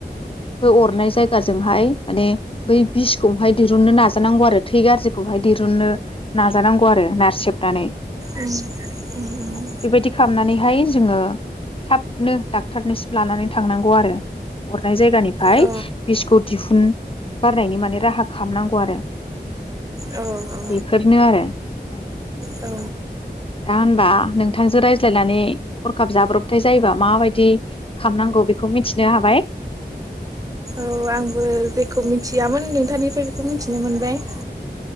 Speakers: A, on the left; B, on the right.
A: बे अरनाय जायगा गाजोंहाय माने बै बिसखौहाय दिरुननो नाजानांगौ आरो थै गाज्रिखौहाय दिरुननो नाजानांगौ आरो नारसेबनानै
B: उम उम उम
A: आरो बेबायदि खालामनानै बेहाय जोङो थाबनो डाक्टरनिसिम लानानै थांनांगौ आरो। नाय जायगानिफ्राय
B: औ
A: बिस्क' दिहुन गारनायनि माने राहा खालामनांगौ आरो।
B: औ औ
A: बेफोरनो <inaudible>
B: औ
A: दा होनबा नोंथांजों रायज्लायनानै हरखाब जाब्रबथाय जायोबा माबायदि खालामनांगौ बेखौ मिथिनो हाबाय
B: औ आंबो जेखौ मिथियामोन नोंथांनिफ्राय बेखौ मिथिनो मोनबाय।